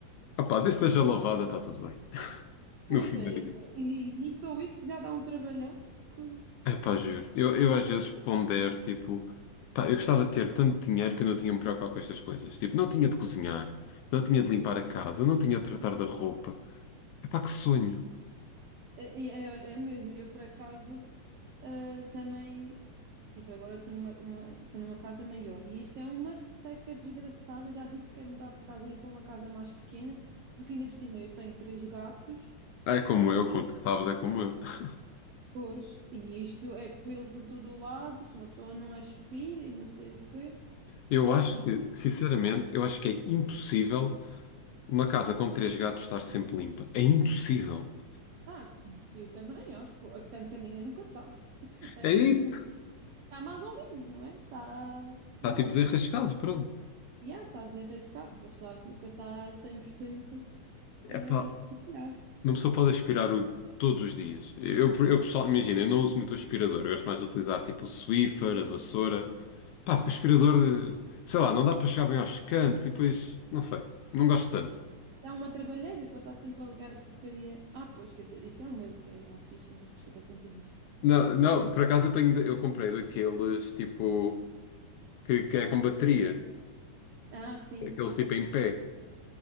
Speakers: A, on the left (about 80°); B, on the right (about 75°).
A: Ah pá, desde que esteja lavada, está tudo bem.
B: Pois
A: No fim,
B: é,
A: bem.
B: e, e só isso já dá um trabalhão que
A: É pá, juro. Eu, eu às vezes pondero, tipo, pá, eu gostava de ter tanto dinheiro que eu não tinha de me preocupar com estas coisas. Tipo, não tinha de cozinhar, não tinha de limpar a casa, não tinha de tratar da roupa. É pá, que sonho.
B: É, é, olha, é mesmo, eu por acaso ah, também, tipo, agora estou numa, numa, estou numa casa maior e isto é uma seca desgraçada. Já disse que quero mudar de casa e ir para uma casa mais pequena, porque ainda por cima eu tenho três gatos
A: Ah, É como eu,
B: e
A: como tu sabes, é como eu. <laughs>
B: depois, e isto é pelo por todo o lado, se uma pessoa não aspira e não sei o quê,
A: Eu
B: e,
A: acho que,
B: e-
A: sinceramente, eu acho que é impossível uma casa com três gatos estar sempre limpa. É impossível.
B: ah, sim, sim, eu também acho, tanto que a minha nunca está. <laughs> Ah,
A: É isso.
B: nunca- Está mais ou menos, não é? Está,
A: Está
B: não
A: tipo
B: é?
A: desenrascado, pronto.
B: Yeah, está desenrascado, mas claro que nunca está 100%
A: É
B: eh,
A: pá,
B: a trabalhar.
A: uma pessoa pode aspirar o todos os dias. Eu, eu pessoal, imagina, eu não uso muito o aspirador, eu gosto mais de utilizar tipo o Swiffer, a vassoura. Pá, porque o aspirador, eh, sei lá, não dá para chegar bem aos cantos e depois, não sei, não gosto tanto.
B: Dá uma trabalheira para estar sempre a ligar a porcaria. Ah, pois, quer dizer, isso é o meu que é à ficha, mas desculpa, continua.
A: Não, não, por acaso eu tenho, de- eu comprei daqueles tipo que, que é com bateria,
B: Ah, sim,
A: aqueles
B: sim.
A: tipo em pé.